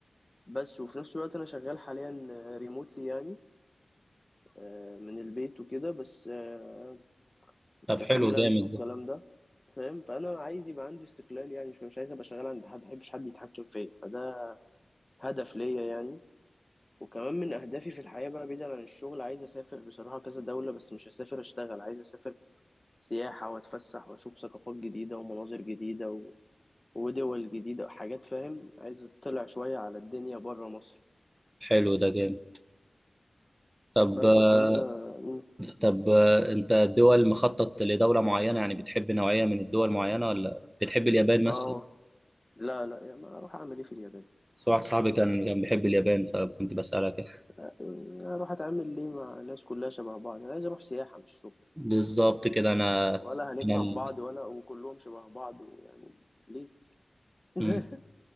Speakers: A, on the left (about 20°); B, on the right (about 15°).
A: بس وفي نفس الوقت انا شغال حاليا ريموتلي يعني آه، من البيت وكده بس آه،
B: طب
A: كفريلانس
B: حلو جامد
A: والكلام
B: ده
A: ده فاهم فانا عايز يبقى عندي استقلال يعني شويه مش عايز ابقى شغال عند حد ما بحبش حد يتحكم فيا فده هدف ليا يعني وكمان من أهدافي في الحياة بقى بعيدا عن الشغل عايز أسافر بصراحة كذا دولة بس مش هسافر أشتغل عايز أسافر سياحة وأتفسح وأشوف ثقافات جديدة ومناظر جديدة و... ودول جديدة حاجات فاهم عايز أطلع شوية على الدنيا برا مصر
B: حلو ده جامد طب
A: بس
B: آه،
A: فأنت مم.
B: طب آه، انت الدول مخطط لدولة معينة يعني بتحب نوعية من الدول معينة ولا بتحب اليابان مثلا؟
A: آه لا لا يعني ما أروح أعمل إيه في اليابان
B: بس واحد صاحبي كان كان بيحب اليابان فكنت بسألك <laughs>
A: يعني أروح أتعامل ليه مع ناس كلها شبه بعض أنا عايز أروح سياحة مش شغل
B: بالظبط كده انا
A: ولا هنفهم
B: انا ال...
A: بعض ولا وكلهم شبه بعض ويعني ليه <laughs>
B: مم.